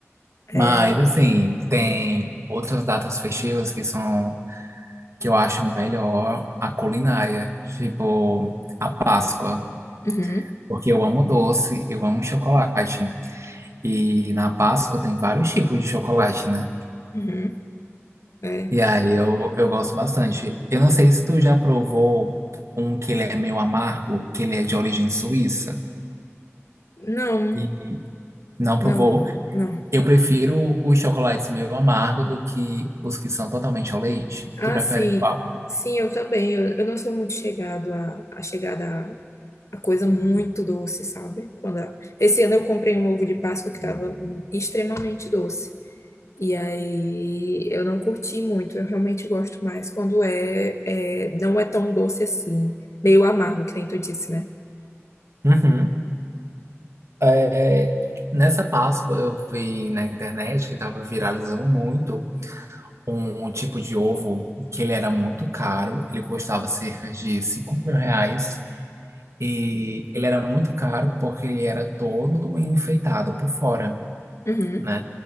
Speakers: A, on the left; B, on the right.
A: É.
B: Mas, assim, tem outras datas festivas que são, que eu acho melhor a culinária, tipo a Páscoa,
A: Uhum.
B: porque eu amo doce, eu amo chocolate. E na Páscoa tem vários tipos de chocolate, né?
A: Uhum. É.
B: E aí eu, eu gosto bastante. Eu não sei se tu já provou um que ele é meio amargo, que ele é de origem suíça.
A: Não,
B: E não provou?
A: não, não.
B: Eu prefiro os chocolates meio amargo do que os que são totalmente ao leite.
A: Ah,
B: Tu prefere
A: sim.
B: qual?
A: Sim, eu também. Eu, eu não sou muito chegado a, a chegada a, a coisa muito doce, sabe? Quando a- Esse ano eu comprei um ovo de Páscoa que estava extremamente doce. E aí eu não curti muito, eu realmente gosto mais quando é, é não é tão doce assim, meio amargo, que nem tu disse, né?
B: Uhum. É, nessa Páscoa eu vi na internet que estava viralizando muito um um tipo de ovo que ele era muito caro. Ele custava cerca de cinco mil reais. E ele era muito caro porque ele era todo enfeitado por fora,
A: Uhum.
B: né?